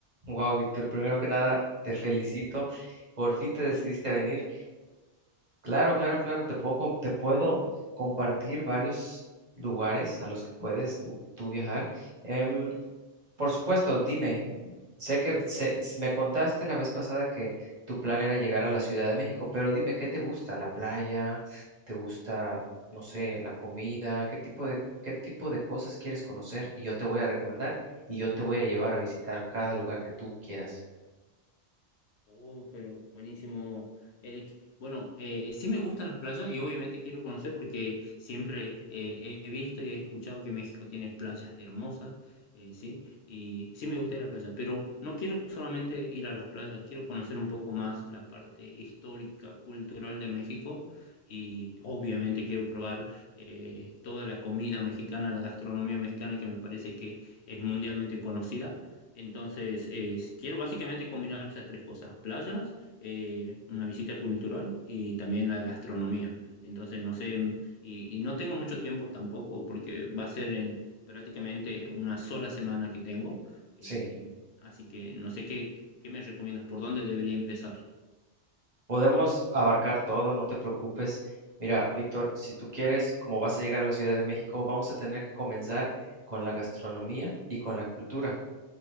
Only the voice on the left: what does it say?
Oh, pero buenísimo, Eric. Bueno, eh, sí me gustan las playas y obviamente quiero conocer porque siempre eh, he visto y he escuchado que México tiene playas hermosas, eh, sí, y sí me gusta ir a la playa, pero no quiero solamente ir a las playas, quiero conocer un poco más la parte histórica, cultural de México y obviamente quiero probar eh, toda la comida mexicana, la gastronomía mexicana que me parece que es mundialmente conocida entonces, eh, quiero básicamente combinar esas tres cosas, playas, eh, una visita cultural y también la gastronomía. Entonces, no sé, y, y no tengo mucho tiempo tampoco porque va a ser en prácticamente una sola semana que tengo. Eh,
así que no sé qué, qué me recomiendas, por dónde debería empezar.